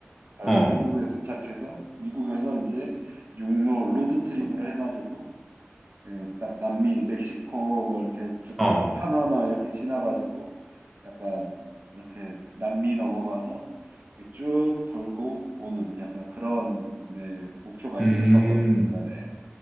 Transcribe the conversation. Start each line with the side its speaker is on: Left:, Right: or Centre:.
Right: 아
Centre: 어,
Right: 미국에 도착해서 미국에서 이제 육로 로드트립으로 해가지고 예, 딱 남미 멕시코 뭐 이렇게 쭉
Centre: 어,
Right: 파나마 이렇게 지나가지고 약간 이렇게 남미 넘어가서 이렇게 쭉 돌고 오는 약간 그런 네, 목표가
Centre: 음.
Right: 있었었거든 옛날에